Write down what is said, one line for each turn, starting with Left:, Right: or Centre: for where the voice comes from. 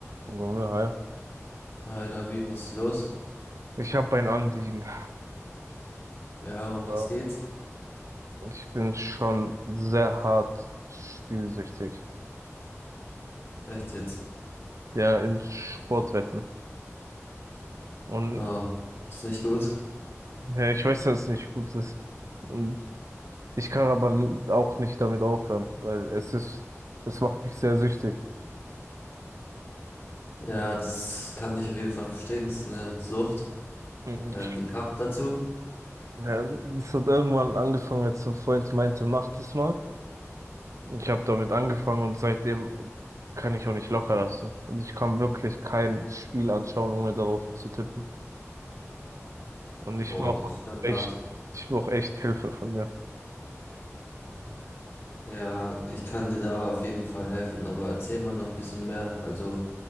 Right: Wollen wir, hi.
Left: Hi Labi, was ist los?
Right: Ich habe ein Anliegen.
Left: Ja, um was
Right: Ja,
Left: geht's?
Right: Ich bin schon sehr hart spielsüchtig.
Left: Echt jetzt?
Right: Ja, in Sportwetten. Und
Left: Oh, das ist nicht gut.
Right: ja, ich weiß, dass es nicht gut ist. Und ich kann aber n- auch nicht damit aufhören, weil es ist, es macht mich sehr süchtig.
Left: Ja, das kann ich auf jeden Fall verstehen. Das ist eine Sucht.
Right: Und
Left: Ähm, wie kam es dazu?
Right: Ja, es hat irgendwann angefangen, als ein Freund meinte, mach das mal. Und Ich habe damit angefangen und seitdem kann ich auch nicht locker lassen. Also ich kann wirklich kein Spiel anschauen, ohne darauf zu tippen. Und ich
Left: Boah,
Right: brauch
Left: das ist schon
Right: echt,
Left: hart.
Right: ich brauch echt Hilfe von dir.
Left: Ja, ich kann dir da auf jeden Fall helfen, aber erzähl mal noch ein bisschen mehr. Also,